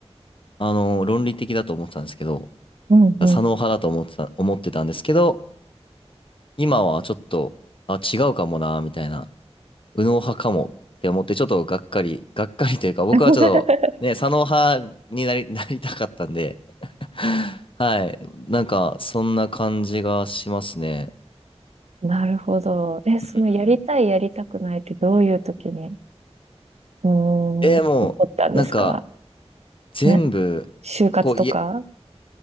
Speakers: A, on the left (about 50°); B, on the right (about 75°).
A: あの論理的だと思ってたんですけど、
B: うん。うん
A: 左脳派だと思ってた、思ってたんですけど、今はちょっと、あ、違うかもな、みたいな。右脳派かもって思って、ちょっとがっかり、がっかりというか、僕はちょっと、
B: <laughs>
A: ね、左脳派になり、<laughs> なりたかったんで、<laughs> はい。なんか、そんな感じがしますね。
B: なるほど。え、そのやりたい、
A: うん
B: やりたくないってどういう時に、うーん、
A: えー、
B: 起こったんですか
A: もう、なんか、全部、
B: な、就活とか
A: こう、いや、